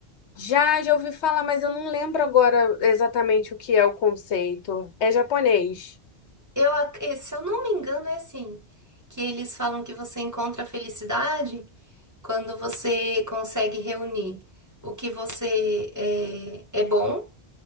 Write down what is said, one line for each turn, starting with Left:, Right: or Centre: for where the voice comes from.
Left: Já, já ouvi falar, mas eu não lembro agora exatamente o que é o conceito. É japonês.
Right: Eu, ac- eh, se eu não me engano, é assim: que eles falam que você encontra a felicidade quando você consegue reunir o que você é, é bom,